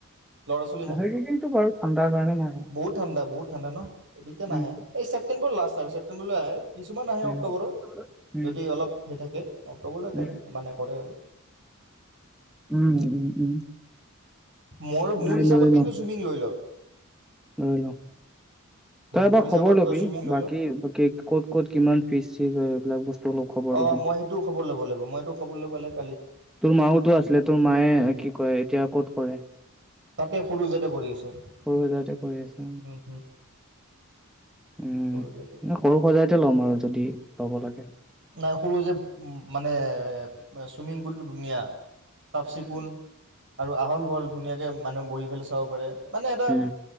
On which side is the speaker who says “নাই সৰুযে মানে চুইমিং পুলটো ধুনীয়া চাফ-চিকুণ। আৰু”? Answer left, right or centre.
Right